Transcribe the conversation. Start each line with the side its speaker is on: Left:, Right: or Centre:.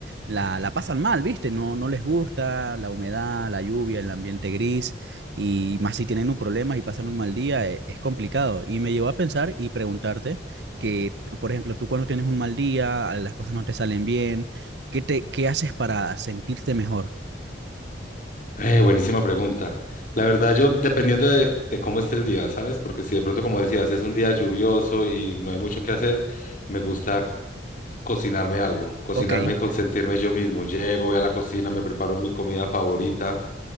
Right: la, la pasan mal, ¿viste? No, no les gusta la humedad, la lluvia, el ambiente gris, y más si tienen un problema y pasan un mal día, e- es, complicado. Y me llevó a pensar y preguntarte que, por ejemplo, tú cuando tienes un mal día, a- las cosas no te salen bien, ¿qué te, qué haces para sentirte mejor?
Left: Eh, buenísima pregunta. La verdad, yo dependiendo de, de cómo esté el día, ¿sabes? Porque si de pronto, como decías, es un día lluvioso y no hay mucho que hacer, me gusta cocinarme algo, cocinarme
Right: Ok,
Left: y consentirme yo mismo. Llego, voy a la cocina, me preparo mi comida favorita